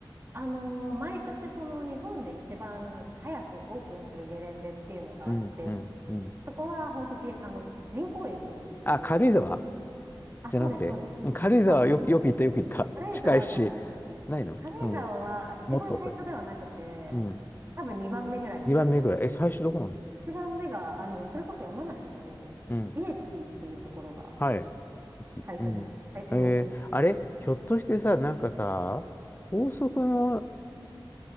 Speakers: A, on the right; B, on the left.
A: あのー毎年その日本で一番早くオープンするゲレンデっていうのがあって、
B: うん、うん、うん。
A: そこは本当げ、あの、人工雪なんですけど、
B: あ、軽井沢
A: あ、
B: じゃなくて。
A: そうです、そうです。
B: うん軽井沢はよく、
A: あ、
B: よく行った、よく行った。
A: 軽井沢じゃないな。
B: 近いし。ないのうん。
A: 軽井沢は一番最初ではなくて、
B: もっと遅い。うん。
A: 多分2番目ぐらいなんですよ。
B: 2番目ぐらい。え、最初どこなんだろ
A: 一番目が、あの、それこそ山梨のイエティっていうところが
B: ううん。はい。駅うん。
A: 最初です。最初にオープンし。
B: えーあれひょっとしてさ、なんかさ、高速の、